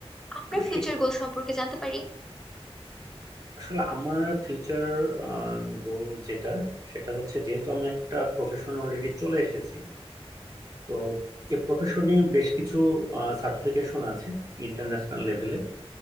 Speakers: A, in the centre; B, on the right (about 35°).
A: আপনার
B: মানে
A: ফিউচার
B: এ-
A: গোল সম্পর্কে জানতে পারি
B: আসলে আমার ফিউচার গোল যেটা সেটা হচ্ছে যেহেতু আমি একটা প্রফেশনে অলরেডি চলে এসেছি তো এই প্রফেশনে বেশ কিছু সার্টিফিকেশন আছে ইন্টারন্যাশনাল লেভেলে